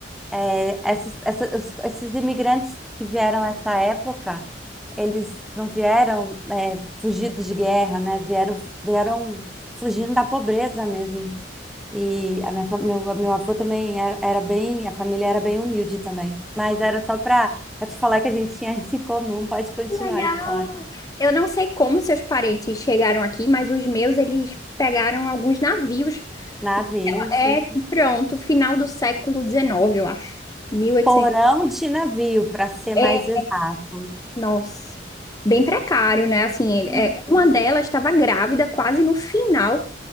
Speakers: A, in the centre; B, on the left.
A: É, esses, essa- os- esses imigrantes que vieram nessa época, eles não vieram é, fugidos de guerra, né? Vieram, vieram fugindo da pobreza mesmo. E a minha, fa- meu, meu avô também era, era bem, a família era bem humilde também. Mas era só para te falar que a gente tinha isso em comum. Pode continuar
B: Que Legal!
A: a história.
B: Eu não sei como seus parentes chegaram aqui, mas os meus, eles pegaram alguns navios.
A: Navios,
B: É,
A: isso.
B: pronto, final do século XIX, eu acho. 1800.
A: Porão de navio, para ser
B: É,
A: mais exato.
B: nossa. Bem precário, né? Assim, ele-
A: Uhum,
B: é, uma delas estava grávida quase no final